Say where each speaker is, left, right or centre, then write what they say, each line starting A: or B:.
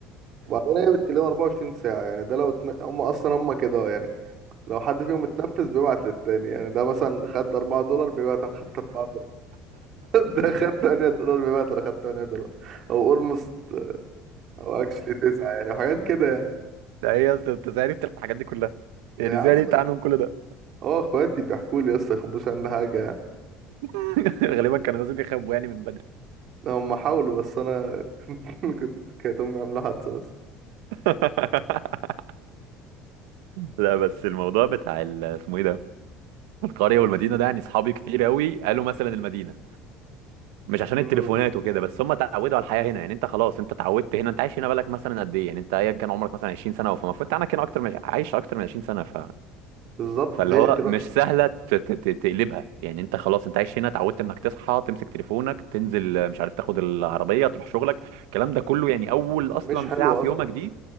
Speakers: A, on the right; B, on the right.
A: وبعدين هي بتكلمه 24 ساعة يعني ده لو اتن... هم اصلا هم كده يعني لو حد فيهم اتنفس بيبعت للتاني يعني ده مثلا خد 4 دولار بيبعت انا خدت 4 دولار <laughs> ده خد 8 دولار بيبعت انا خدت 8 دولار او اولموست او اكشلي 9 يعني وحاجات كده يعني
B: ده ايه يا اسطى انت ازاي عرفت الحاجات دي كلها
A: يا
B: يعني ازاي
A: عم
B: عرفت عنهم كل ده
A: هو اخواتي بيحكوا لي يا اسطى يخبوش عن حاجة يعني
B: <laughs> غالبا كانوا لازم يخبوا يعني من بدري
A: هم حاولوا بس انا <laughs> كنت كانت امي عامله حادثه بس
B: <laughs> لا بس الموضوع بتاع ال- اسمه ايه ده القريه والمدينه ده يعني اصحابي كتير قوي قالوا مثلا المدينه مش عشان
A: امم
B: التليفونات وكده بس هم اتعودوا على الحياه هنا يعني انت خلاص انت اتعودت هنا انت عايش هنا بالك مثلا قد ايه يعني انت ايا كان عمرك مثلا 20 سنه فالمفروض عندك هنا اكتر من عايش اكتر من 20 سنه ف...
A: بالظبط
B: فاللي
A: زهقت
B: هو
A: بقى
B: مش سهله ت... ت... ت- تقلبها يعني انت خلاص انت عايش هنا اتعودت انك تصحى تمسك تليفونك تنزل مش عارف تاخد العربيه تروح شغلك الكلام ده كله يعني اول اصلا
A: مش حلوه
B: ساعه في
A: اصلا
B: يومك دي